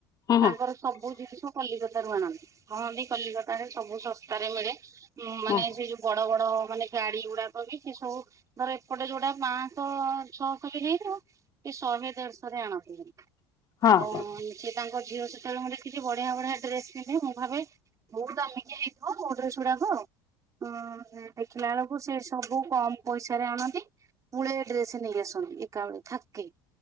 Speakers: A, on the left; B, on the right.
A: ହୁଁ
B: ତାଙ୍କର ସବୁ ଜିନିଷ କଲିକ ତା ରୁ ଆଣନ୍ତି, କହନ୍ତି କଲିକତା ରେ ସବୁ ଶସ୍ତାରେ ମିଳେ। ଉଁ ମାନେ
A: ହୁଁ ହୁଁ
B: ସେ ଯୋଉ ବଡ ବଡ ମାନେ ଗାଡି ଗୁଡାକ ବି ସେ ସବୁ ଧର ଏପଟେ ଯୋଉଟା ପାଞ୍ଚଶହ ଛଅଶହ ବି ହେଇଥିବ କି ଶହେ ଦେଢଶହ ରେ ଆଣନ୍ତି।
A: ହଁ
B: ଆଉ ସିଏ ତାଙ୍କ ଝିଅ ସେତେବେଳେ ମୁଁ ଦେଖିଛି ବଢିଆ ବଢିଆ ଡ୍ରେସ ପିନ୍ଧେ, ମୁଁ ଭାବେ ବହୁତ ଦାମିକ ହେଇଥିବଆଉ ଡ୍ରେସ ଗୁଡାକ। ଉଁ ହୁଁ ଦେଖିଲା ବେଳକୁ ସେ ସବୁ କମ ପଇସାରେ ଆଣନ୍ତି। ପୁଳେ ଡ୍ରେସ ନେଇ ଆସନ୍ତି, ଏକା ବଳେ ଥାକେ।